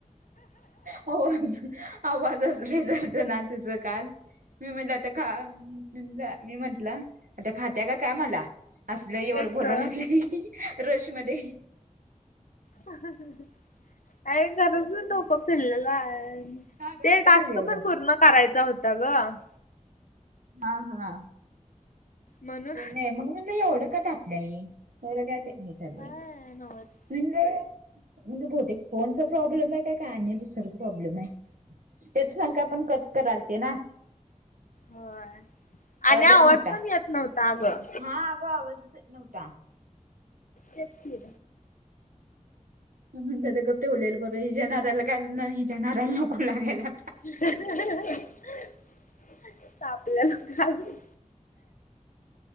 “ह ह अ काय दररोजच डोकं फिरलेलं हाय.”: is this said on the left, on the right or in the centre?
Left